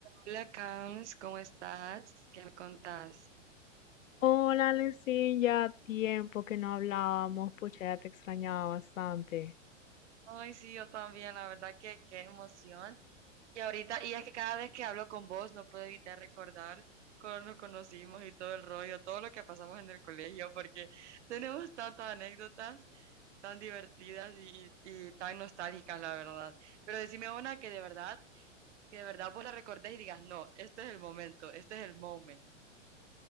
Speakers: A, on the right; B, on the left.
A: Hola, Cams, ¿cómo estás? ¿Qué me contás?
B: Hola, Lencin, ya tiempo que no hablábamos, pucha, ya te extrañaba bastante.
A: Ay, sí, yo también, la verdad que qué emoción. Y ahorita, y es que cada vez que hablo con vos no puedo evitar recordar cuando nos conocimos y todo el rollo, todo lo que pasamos en el colegio, porque tenemos tantas anécdotas tan divertidas y, y tan nostálgicas, la verdad. Pero decime una que de verdad, que de verdad vos la recordés y digas, no, este es el momento, este es el moment.